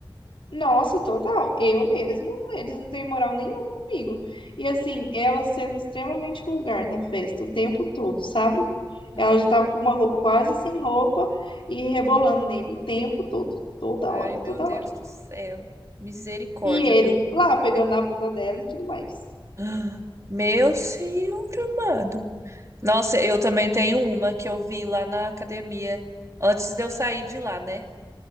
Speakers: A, on the left (about 75°); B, on the right (about 35°).
A: Nossa, total. Eu mesmo, eles não têm moral nenhuma comigo. E assim, ela sendo extremamente vulgar na festa o tempo todo, sabe?
B: Uhum.
A: Ela já tava com uma roupa quase sem roupa e rebolando nele o tempo todo, toda
B: Ai,
A: hora,
B: meu
A: toda
B: Deus
A: hora.
B: do céu. Misericórdia,
A: E ele
B: viu?
A: lá pegando na bunda dela e tudo mais.
B: <gasps> Meu senhor amado. Nossa, eu também tenho uma que eu vi lá na academia antes de eu sair de lá, né?